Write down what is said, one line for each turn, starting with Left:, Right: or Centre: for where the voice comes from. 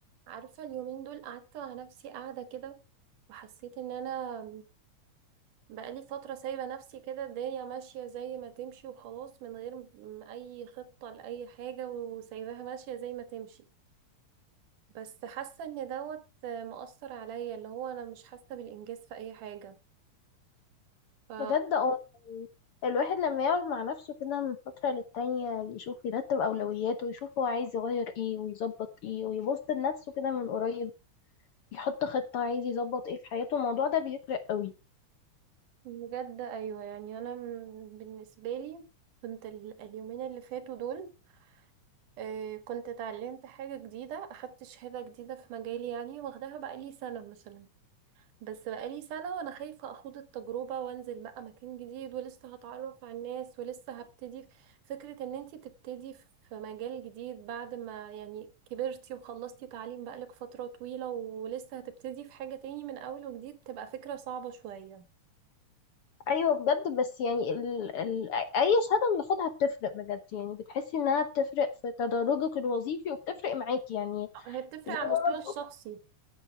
Right: عارفة اليومين دول قعدت على نفسي قاعدة كده وحسيت ان انا بقالي فترة سايبة نفسي كده الدنيا ماشية زي ما تمشي وخلاص من غير م- اي خطة لأي حاجة وسايباها ماشية زي ما تمشي بس حاسة ان دوت مؤثر عليا اللي هو انا مش حاسة بالانجاز في اي حاجة ف
Left: بجد اه الواحد لما يقعد مع نفسه كده من فترة للتانية يشوف يرتب أولوياته ويشوف هو عايز يغير ايه ويظبط ايه ويبص لنفسه كده من قريب يحط خطة عايز يظبط ايه في حياته الموضوع ده بيفرق قوي
Right: بجد ايوه يعني انا م- بالنسبة لي كنت ال- اليومين اللي فاتوا دول آه، كنت اتعلمت حاجة جديدة أخدت شهادة جديدة في مجالي يعني واخداها بقالي سنة مثلا بس بقالي سنة وأنا خايفة أخوض التجربة وأنزل بقى مكان جديد ولسه هتعرف على الناس ولسه هبتدي فكرة إن أنتي تبتدي في مجال جديد بعد ما يعني كبرتي وخلصتي تعليم بقالك فترة طويلة ولسه هتبتدي في حاجة تاني من أول وجديد تبقى فكرة صعبة شوية
Left: أيوة بجد بس يعني ال... ال... أي شهادة بناخدها بتفرق بجد يعني بتحسي إنها بتفرق في تدرجك الوظيفي وبتفرق معاكي يعني
Right: هي بتفرق
Left: زي
Right: على
Left: ما
Right: المستوى
Left: أنا
Right: الشخصي
Left: بقول